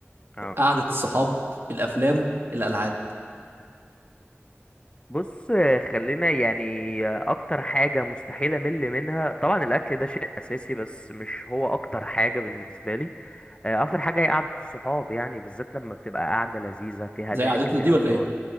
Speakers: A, on the left; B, on the right.
A: اه
B: قعدة الصحاب الافلام الالعاب
A: بص آه، خلينا يعني آه، اكتر حاجه مستحيل امل منها طبعا الاكل ده شيء اساسي بس مش هو اكتر حاجه بالنسبه لي آه، اكتر حاجه هي قعده الصحاب يعني بالذات لما بتبقى قعده لذيذه فيها
B: زي
A: ضحك
B: قعدتنا
A: فيها
B: دي ولا
A: هزار
B: ايه